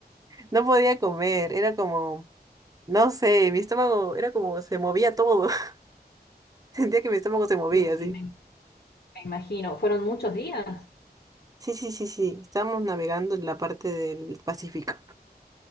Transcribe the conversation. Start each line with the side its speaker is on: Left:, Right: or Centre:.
Right: No podía comer, era como, no sé, mi estómago era como, se movía todo. <laughs> Sentía que mi estómago se movía,
Left: No,
Right: así.
Left: sí, me, me imagino. ¿Fueron muchos días?
Right: Sí, sí, sí, sí. Estábamos navegando en la parte del Pacífico,